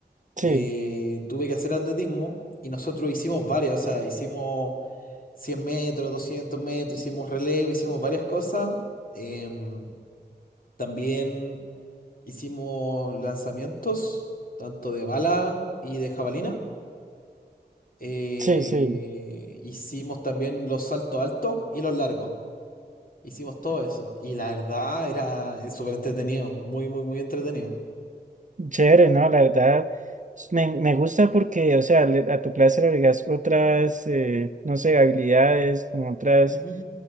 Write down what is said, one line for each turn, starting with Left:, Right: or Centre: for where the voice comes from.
Right: Sí,
Left: eh, tuve que hacer atletismo y nosotros hicimos varias, o sea, hicimos 100 metros, 200 metros, hicimos relevo, hicimos varias cosas. em, también hicimos lanzamientos, tanto de bala y de jabalina. eh,
Right: sí, sí.
Left: hicimos también los saltos altos y los largos. Hicimos todo eso. Y la verdad era eh, súper entretenido. Muy, muy, muy entretenido.
Right: Chévere, ¿no? La verdad, s- me, me gusta porque, o sea, le- a tu clase le agregas otras, eh, no sé, habilidades, como otras,
Left: Ujú.